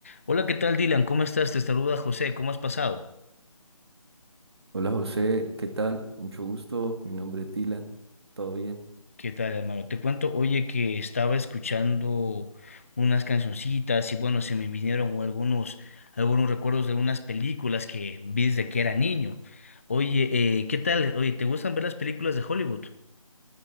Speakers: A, on the left (about 25°); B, on the right (about 45°).
A: Hola, ¿qué tal, Dylan? ¿Cómo estás? Te saluda José. ¿Cómo has pasado?
B: Hola José, ¿qué tal? Mucho gusto, mi nombre es Dylan, ¿todo bien?
A: ¿Qué tal, hermano? Te cuento, oye, que estaba escuchando unas cancioncitas y bueno, se me vinieron algunos, algunos recuerdos de unas películas que vi desde que era niño. Oye, eh, ¿qué tal? Oye, ¿te gustan ver las películas de Hollywood?